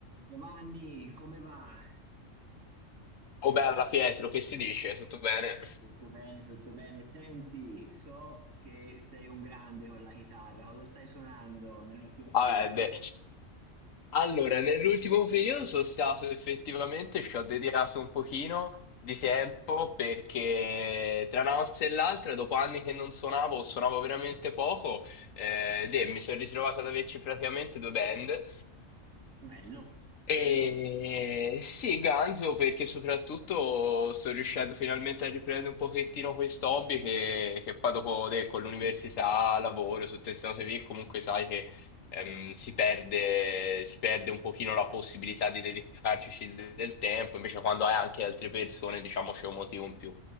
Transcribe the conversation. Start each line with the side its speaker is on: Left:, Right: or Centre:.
Right: Giovanni, come va?
Left: Oh bella Pietro, che si dice? Tutto bene?
Right: Tutto bene, tutto bene. Senti, so che sei un grande con la chitarra. Cosa stai suonando nell'ultimo periodo?
Left: Vabbè, de- allora, nell'ultimo periodo sono stato effettivamente, ci ho dedicato un pochino di tempo perché tra una mossa e l'altra, dopo anni che non suonavo, suonavo veramente poco, eh, de, mi sono ritrovato ad averci praticamente due band
Right: Bello, bello.
Left: E sì, Ganzo, perché soprattutto sto riuscendo finalmente a riprendere un pochettino questo hobby che, che poi dopo de- con l'università, lavoro, su queste cose lì, comunque sai che ehm, si perde, si perde un pochino la possibilità di dedicarci de- del tempo, invece quando hai anche altre persone, diciamo, c'è un motivo in più.